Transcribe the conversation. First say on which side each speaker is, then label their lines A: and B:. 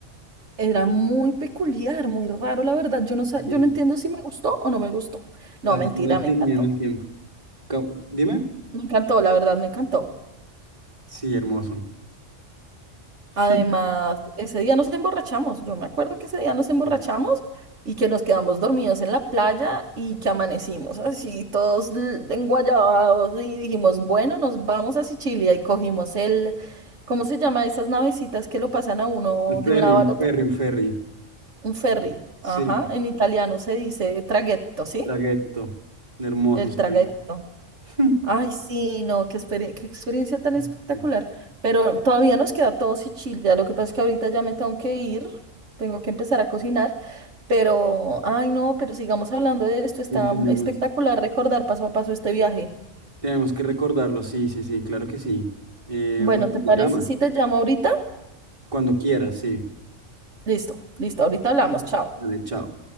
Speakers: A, on the right; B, on the right.
A: Era muy peculiar, muy raro, la verdad. Yo no, sa-
B: Sí,
A: yo no entiendo si me gustó o no me gustó.
B: Está
A: No, mentira,
B: como detenido
A: me encantó.
B: en el tiempo. Ca- Dime.
A: Me encantó, la verdad, me encantó.
B: Sí, hermoso. <laughs>
A: Además, ese día nos emborrachamos. Yo me acuerdo que ese día nos emborrachamos
B: sí.
A: y que nos quedamos dormidos en la playa y que amanecimos así, todos l- enguayabados y dijimos, bueno, nos vamos a Sicilia y cogimos el, ¿cómo se llama? Esas navecitas que lo pasan a uno
B: El
A: de
B: ferry,
A: un lado al
B: un
A: otro.
B: ferry, un ferry.
A: Un ferry.
B: Sí,
A: Ajá, en italiano se dice traghetto, ¿sí?
B: traghetto. Hermoso,
A: El
B: sí.
A: traghetto.
B: <laughs>
A: Ay, sí, no, qué, experie- qué experiencia tan
B: sí,
A: espectacular.
B: sí.
A: Pero todavía nos queda todo Sicilia. Lo que pasa es que ahorita ya me tengo que ir, tengo que empezar a cocinar. Pero, ay, no, pero sigamos hablando de esto. Está
B: Y tenemos,
A: espectacular recordar paso a paso este viaje.
B: tenemos que recordarlo, sí, sí, sí, claro que sí. Eh,
A: Bueno,
B: bueno,
A: ¿te parece
B: me <laughs> llamas
A: si te llamo ahorita?
B: cuando quieras, sí.
A: Listo, listo, ahorita hablamos. Chao.
B: Vale, chao.